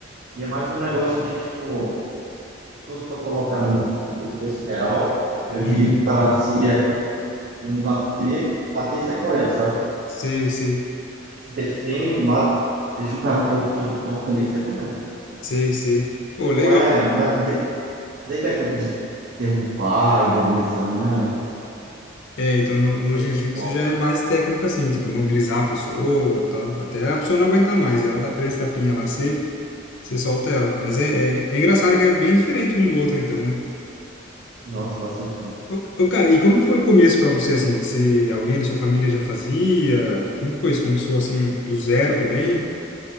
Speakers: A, on the right; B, on the left.
A: E é mais um negócio de, tipo, se fosse para colocar em em contexto real, eu
B: Uhum.
A: diria que o karatê seria não bater, bater e sair correndo, sabe?
B: Sei, sei.
A: Se defende, bate, deixa o cara um pouquinho tonto ali e sai correndo.
B: Sei, sei. Pô, legal.
A: Não é, não é, não tem, não tem técnica de derrubar, imobilizar, não é,
B: É, então no, no
A: não
B: jiu-jitsu
A: é esse o foco.
B: já é mais técnica assim, tipo, mobilizar a pessoa, tal, até a pessoa não aguentar mais, ela dá três tapinhas lá, você, você solta ela, mas é, é, é engraçado que é bem diferente um do outro então, né?
A: Nossa, bastante forte.
B: Ô, ô, cara, e como que foi o começo pra você, assim, se alguém da sua família já fazia, como que foi isso? Começou assim, do zero também?